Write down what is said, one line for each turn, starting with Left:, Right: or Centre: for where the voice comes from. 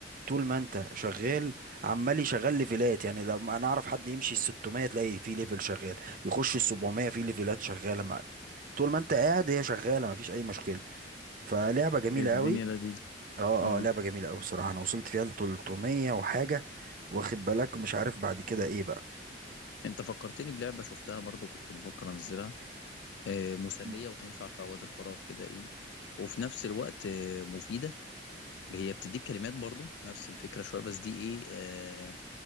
Right: طول ما انت شغال عمال يشغل ليفلات يعني لما انا اعرف حد يمشي ال 600 تلاقي فيه ليفل شغال يخش ال 700 فيه ليفلات شغالة مع طول ما انت قاعد هي شغالة مفيش اي مشكلة فلعبة جميلة
Left: الدنيا
Right: قوي
Left: لذيذة
Right: اه
Left: اه
Right: اه لعبة جميلة أوي بصراحة أنا وصلت فيها لتلتمية وحاجة واخد بالك مش عارف بعد كده إيه بقى
Left: انت فكرتني بلعبة شفتها برضو كنت بفكر انزلها آه مسلية
Right: مم.
Left: وتنفع في اوقات الفراغ كده ايه وفي نفس الوقت آه مفيدة هي بتديك كلمات برضو نفس الفكرة شوية بس دي ايه آه